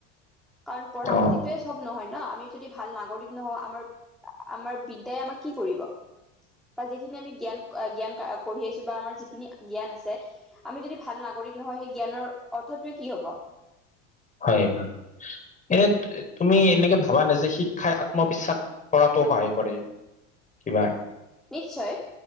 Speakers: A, in the centre; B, on the left (about 20°).
A: কাৰণ পঢ়া
B: অ
A: পাতিতয়ে চব নহয় ন আমি যদি ভাল নাগৰিক নহওঁ আমাৰ আমাৰ বিদ্যাই কি কৰিব বা যিখিনি আমি জ্ঞান জ্ঞান কঢ়ি আহিছো বা আমাৰ যিখিনি জ্ঞান আছে আমি যদি ভাল নাগৰিক নহয় সেই জ্ঞানৰ অৰ্থটোৱে কি হ'ব
B: হয় এই তুমি এনেকে ভাবা নে যে শিক খাই আত্মবিশ্বাস কৰাতো সহায় কৰে কিবা
A: নিশ্চয়